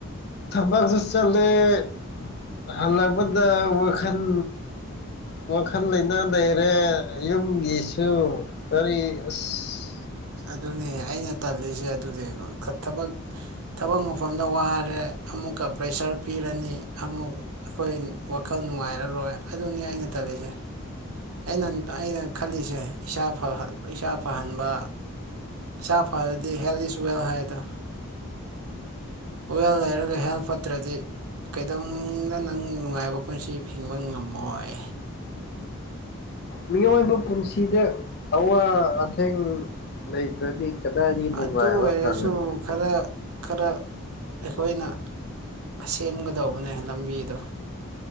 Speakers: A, on the left (about 45°); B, on the right (about 80°).
A: ꯊꯕꯛꯁꯨ ꯆꯠꯂꯦ ꯍꯜꯂꯛꯄꯗ ꯋꯥꯈꯜ ꯋꯥꯈꯜ ꯂꯩꯅꯥ ꯂꯩꯔꯦ ꯌꯨꯝꯒꯤꯁꯨ ꯀꯔꯤ ꯑꯁ
B: ꯑꯗꯨꯅꯦ ꯑꯩꯅ ꯇꯜꯂꯤꯁꯦ ꯑꯗꯨꯗꯤ ꯊꯕꯛ ꯊꯕꯛ ꯃꯐꯝꯗ ꯋꯥꯔꯦ ꯑꯃꯨꯛꯀ ꯄ꯭ꯔꯦꯁꯔ ꯄꯤꯔꯅꯤ ꯑꯃꯨꯛ ꯑꯩꯈꯣꯏ ꯋꯥꯈꯜ ꯅꯨꯡꯉꯥꯏꯔꯔꯣꯏ ꯑꯗꯨꯅꯤ ꯑꯩꯅ ꯇꯜꯂꯤꯁꯦ ꯑꯩꯅ ꯑꯩꯅ ꯈꯜꯂꯤꯁꯦ ꯏꯁꯥ ꯏꯁꯥ ꯐꯍꯟꯕ ꯁꯥ ꯐꯔꯗꯤ ꯍꯦꯜꯗꯤ ꯏꯁ ꯋꯦꯜ ꯍꯥꯏꯗ ꯍꯋꯦꯜ ꯂꯩꯔꯒ ꯍꯦꯜ ꯐꯠꯇ꯭ꯔꯗꯤ ꯀꯩꯗꯧꯅꯨꯡꯗ ꯅꯪ ꯅꯨꯡꯉꯥꯏꯕ ꯄꯨꯟꯁꯤ ꯐꯤꯡꯕ ꯉꯝꯃꯣꯏ
A: ꯃꯤꯑꯣꯏꯕ ꯄꯨꯟꯁꯤꯗ ꯑꯋꯥ ꯑꯊꯦꯡ ꯂꯩꯇ꯭ꯔꯗꯤ ꯀꯗꯥꯏꯗꯒꯤ ꯅꯨꯡꯉꯥꯏꯕ
B: ꯑꯗꯨ ꯑꯣꯏꯔꯁꯨ
A: ꯐꯪꯒꯅꯤ
B: ꯈꯔ ꯈꯔ ꯑꯩꯈꯣꯏꯅ ꯁꯦꯝꯒꯗꯧꯕꯅꯦ ꯂꯝꯕꯤꯗꯣ